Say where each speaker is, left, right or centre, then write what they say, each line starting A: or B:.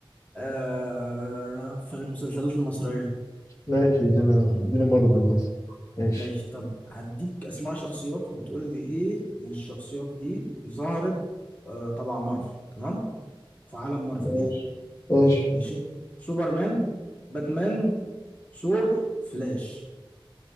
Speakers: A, on the left; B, on the left.
A: آه في المسلسلات المصرية
B: ماشي ادينا ادينا مارفل مثلا ماشي
A: ماشي طب هديك أسماء شخصيات وتقول لي إيه من الشخصيات دي ظهرت آه طبعا مارفل تمام في عالم مارفل
B: ماشي
A: يعني
B: ماشي
A: ماشي سوبرمان باتمان ثور فلاش